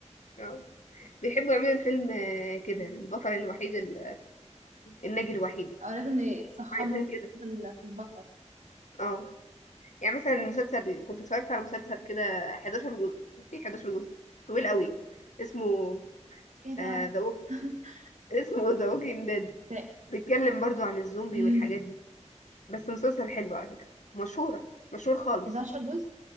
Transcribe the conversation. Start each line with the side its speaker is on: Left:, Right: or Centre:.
Left: اه بيحبوا يعملوا الفيلم آه، كده البطل الوحيد ال- الناجي الوحيد
Right: او لازم يفخموا
Left: عايزين كده
Right: في ال- في البطل
Left: اه يعني مثلا المسلسل كنت اتفرجت على مسلسل كده 11 جزء ايه 11 جزء طويل قوي اسمه
Right: ايه ده
Left: ذا ووكينج
Right: <laughs>
Left: اسمه <laughs> ذا ووكينج ديد
Right: ده
Left: بيتكلم برضو عن الزومبي
Right: امم
Left: والحاجات دي بس مسلسل حلو على فكرة مشهورة مشهور خالص
Right: 11 جزء